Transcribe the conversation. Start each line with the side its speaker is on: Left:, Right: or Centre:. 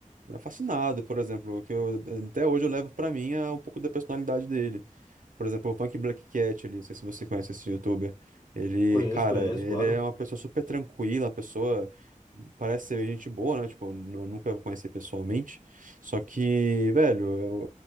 Right: era fascinado, por exemplo, que eu até hoje eu levo pra mim é um pouco da personalidade dele. Por exemplo, o Punk Black Cat ali, não sei se você conhece esse youtuber. Ele,
Left: Conheço,
Right: cara,
Left: conheço,
Right: ele
Left: claro.
Right: é uma pessoa super tranquila, uma pessoa parece ser gente boa, né? Tipo, nu- nunca conheci pessoalmente. Só que, velho, eu,